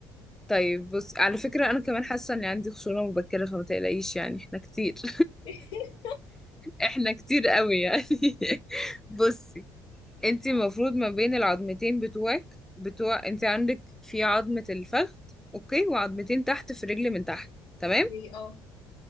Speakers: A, in the centre; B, on the left.
A: طيب بص على فكرة أنا كمان حاسة إن عندي خشونة مبكرة فما تقلقيش يعني إحنا كتير <laughs>
B: <laughs>
A: إحنا كتير قوي يعني <laughs> بصي أنت المفروض ما بين العظمتين بتوعك بتوع أنت عندك في عظمة الفخذ أوكي وعظمتين تحت في رجل من تحت تمام
B: اوكي اه